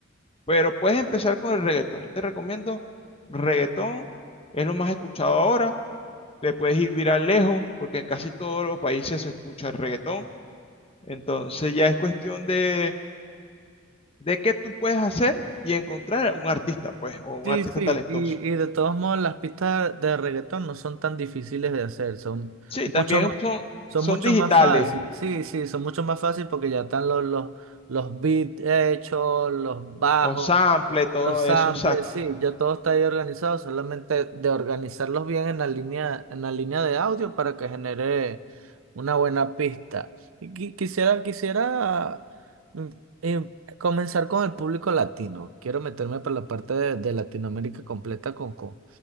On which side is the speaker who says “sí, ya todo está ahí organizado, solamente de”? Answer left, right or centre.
Right